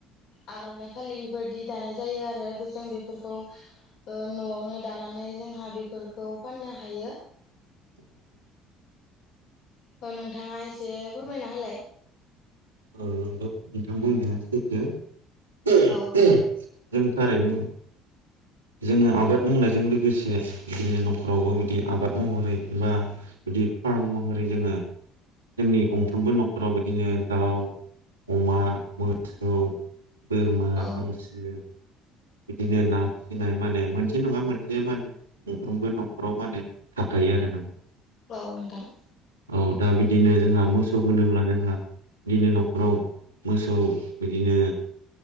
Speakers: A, on the left (about 55°); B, on the right (about 85°).
A: आर'नाइ फालि बेफोरदि दानाय जायो आरो जों बेफोरखौ ओ न'आवनो दानानै जोंहा बेफोरखौ फाननो हायो।
B: <inaudible>
A: दा नोंथाङा एसे फोरमायना होलाय?
B: <unintelligible> नोंथां बुंनाया सैथो <unintelligible>
A: औ
B: जों थारैनो जोङो आबाद मावनायजों लोगोसे बिदिनो न'खरावबो बिदि आबाद महरै मा बिदि फार्म महरै जोङो जोंनि गंफ्रोमबो न'खराव बिदिनो दाउ, अमा, मोसौ, बोरमा,
A: औ
B: हांसो बिदिनो ना फिसिनाय माने मोनसे नङा मोनसे माने गंफ्रोमबो न'खराव मा होनो थाखायो आरो नों
A: औ नोंथां।
B: औ दा बिदिनो जोंहा मोसौ होनोब्ला जोंहा बिदिनो न'खराव मोसौ बिदिनो